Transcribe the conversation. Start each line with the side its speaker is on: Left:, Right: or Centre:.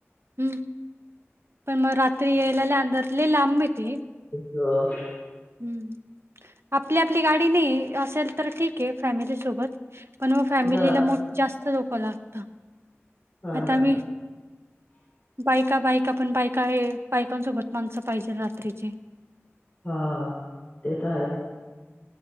Right: हम्म पण मग रात्री यायला आंधरली लांब येती
Left: ह
Right: हम्म आपली आपली गाडी नाही असेल तर ठीक आहे फॅमिली सोबत पण मग फॅमिलीला
Left: हा
Right: जास्त लोक लागतात
Left: हा
Right: आता
Left: ना
Right: मी बाईक का बाईक आपण बाईक आहे बायकांसोबत माणस पाहिजे रात्रीची
Left: हा ते तर आहे